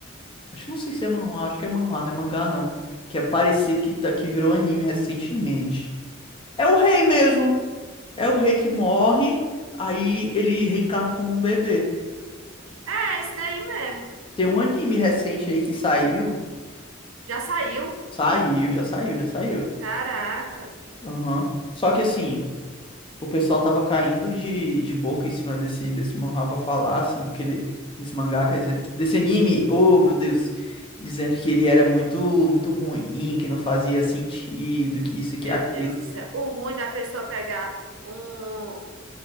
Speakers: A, on the left; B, on the right.
A: Acho que não sei se é manhwa, acho que é manhwa, não é mangá não. Que é parecido que, tá, que virou anime recentemente. É o rei mesmo. É o rei que morre, aí ele reencarna como um bebê.
B: É, esse daí mesmo.
A: Tem um anime recente aí que saiu.
B: Já saiu?
A: Saiu, já saiu, já saiu.
B: Caraca.
A: Aham. Só que assim, o pessoal tava caindo de, de boca em cima desse, desse manhwa pra falar, assim, que ele. Desse mangá, quer dizer, desse anime. Oh, meu Deus dizendo que ele era muito muito ruim, que não fazia sentido, que isso e que
B: Meu
A: aquilo.
B: Deus do céu. O ruim da pessoa pegar um,